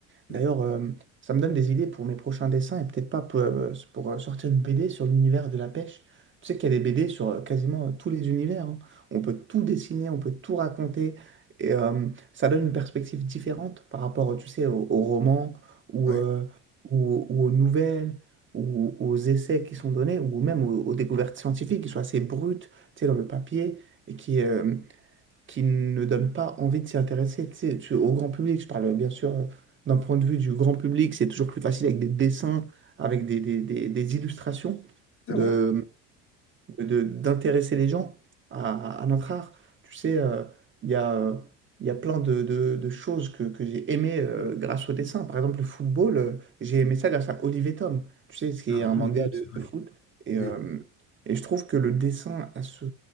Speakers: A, on the left; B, on the right.
A: Oui,
B: D'ailleurs, euh, ça me donne des idées pour mes prochains dessins et peut-être pas pour, euh, pour, euh, sortir une BD sur l'univers de la pêche. Tu sais qu'il y a des BD sur euh, quasiment euh, tous les univers. hein. On peut tout dessiner, on peut tout raconter. Et euh, ça donne une perspective différente par rapport, tu sais, aux, aux romans ou,
A: ouais.
B: euh, ou, ou aux nouvelles ou aux essais qui sont donnés ou même aux, aux découvertes scientifiques qui sont assez brutes, tu sais, dans le papier et qui, euh, qui ne donne pas envie de s'y intéresser. Tu sais, tu- au grand public, je parle bien sûr euh, d'un point de vue du grand public, c'est toujours plus facile avec des dessins, avec des, des- des- des illustrations,
A: C'est
B: de,
A: vrai.
B: de- d'intéresser les gens à, à notre art. Tu sais, euh, il y a, euh, il y a plein de, de- de choses que, que j'ai aimées euh, grâce au dessin. Par exemple, le football, euh, j'ai aimé ça grâce à Oliver Tom, tu sais, ce qui
A: Ah
B: est un
A: oui,
B: manga
A: oui,
B: de,
A: c'est vrai.
B: de foot. Et,
A: Oui.
B: euh, et je trouve que le dessin a ce,